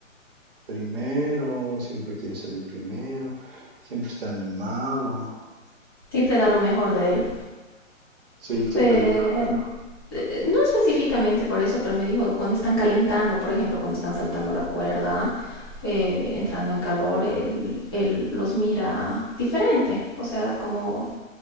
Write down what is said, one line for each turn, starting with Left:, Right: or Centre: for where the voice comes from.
Right: primero, siempre quiere salir primero, siempre está animado.
Left: siempre da lo mejor de él.
Right: Sí, ¿qué
Left: Eh,
Right: te dijo? Pero
Left: eh, no específicamente por eso, pero me dijo cuando están calentando, por ejemplo, cuando están saltando la cuerda, eh, entrando en calor, él, él los mira diferente. O sea, como,